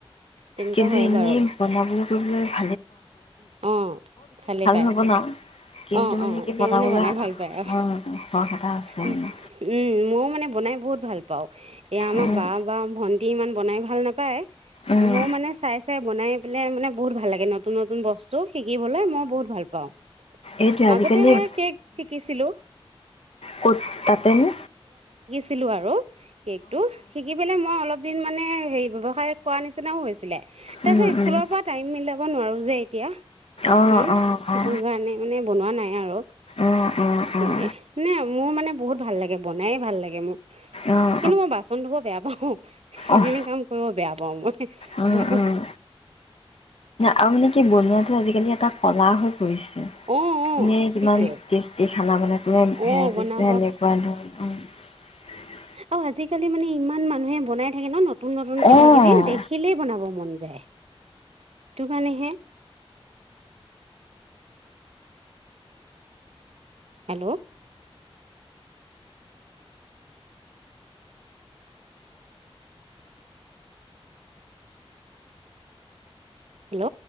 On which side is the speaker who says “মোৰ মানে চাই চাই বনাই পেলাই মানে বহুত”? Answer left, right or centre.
Right